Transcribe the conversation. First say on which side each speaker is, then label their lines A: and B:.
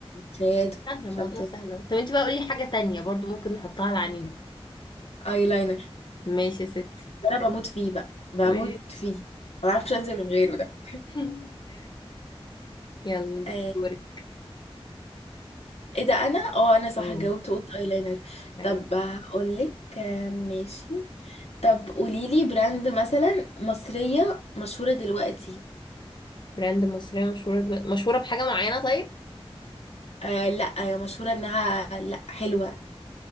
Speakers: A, on the left; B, on the left.
A: سيادة
B: سهل الموضوع
A: شطة
B: سهل أهو. طب انت بقى قولي حاجة تانية برضو ممكن نحطها على عينينا
A: ايلاينر
B: ماشي يا ستي
A: ده انا بموت فيه بقى بموت
B: ماشي
A: فيه ما بعرفش انزل من غيره ده
B: <laughs> يلا
A: آه.
B: دوري
A: ايه ده انا اه انا صح
B: اه
A: جاوبت قلت ايلاينر
B: ايوه
A: طب هقول لك ماشي طب قولي لي براند مثلا مصرية مشهورة دلوقتي
B: براند مصرية مشهورة دلوقتي مشهورة بحاجة معينة طيب
A: آه لا هي مشهورة انها لا حلوة